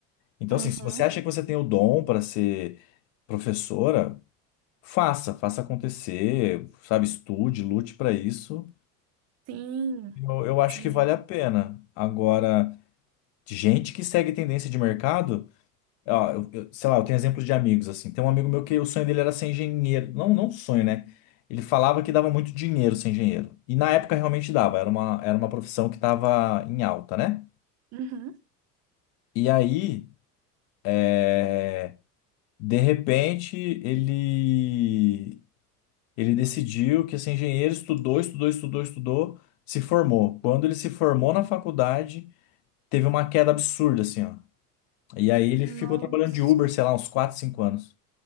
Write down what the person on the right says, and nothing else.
Uhum.
Sim,
sim.
uhum.
Nossa.